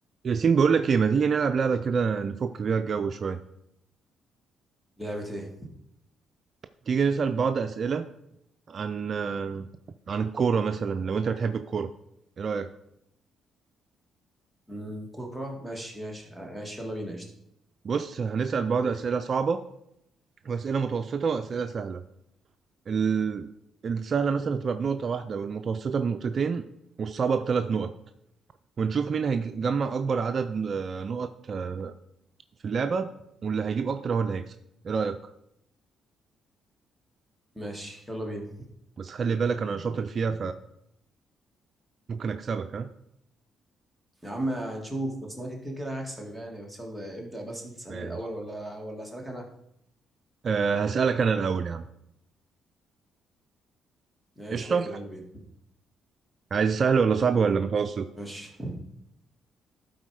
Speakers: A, on the right; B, in the centre.
A: ياسين بقول لك ايه ما تيجي نلعب لعبة كده نفك بيها الجو شوية
B: لعبة ايه؟
A: تيجي نسأل بعض أسئلة عن آه، عن الكورة مثلا لو انت بتحب الكورة ايه رأيك
B: مم، كورة ماشي ماشي ماشي يلا بينا قشطة
A: بص هنسأل بعض أسئلة صعبة وأسئلة متوسطة وأسئلة سهلة ال... السهلة مثلا هتبقى بنقطة واحدة والمتوسطة بنقطتين والصعبة بثلاث نقط ونشوف مين هيجمع أكبر عدد آه، نقط آه، في اللعبة واللي هيجيب أكتر هو اللي هيكسب ايه رأيك
B: ماشي يلا بينا
A: بس خلي بالك أنا شاطر فيها فممكن أكسبك ها
B: يا عم هنشوف بس انا كده كده هكسب يعني بس يلا ابدأ بس انت تسألني
A: ماشي.
B: الأول ولا ولا أسألك أنا؟
A: أه هسألك أنا الأول يا عم
B: ماشي
A: قشطة
B: ابدأ يلا بينا
A: عايز سهل ولا صعب ولا متوسط
B: ماشي